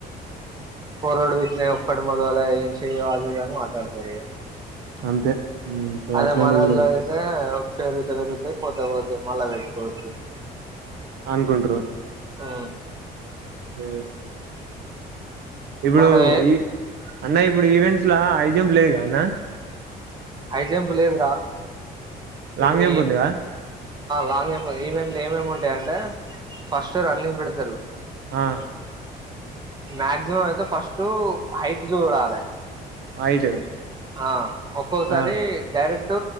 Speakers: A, on the right; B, on the right.
A: ఫోర్డ్ <unintelligible> మాట్లాడతారు ఇగ
B: అంతే
A: అదే
B: అట్లాంటివి
A: మనల్లో
B: కూడా
A: అయితే పెరుగుతే పేరుగుతాయ్ పోతే పోతే మలా వెసుకోచ్చు
B: అనుకుంట్రు
A: ఆ
B: హ ఇప్పుడు
A: మనం ఏ
B: ఈ అన్న ఇప్పుడు ఈవెంట్స్ లో ఐ జంప్ లేదు కదన్న
A: హైజంప్ లేదు రా ఇప్పుడు
B: లాంగ్ జంప్ ఉందిగా
A: లా ఈవెంట్ లో ఏమేమి ఉంటాయంటే ఫస్ట్ రన్నింగ్ పెడతారు
B: ఆ
A: మాక్సిమం అయితే ఫస్ట్ హైట్ చూడాలే
B: హైట్
A: ఆ ఒక్కొక్కసారి
B: ఆ
A: డైరెక్ట్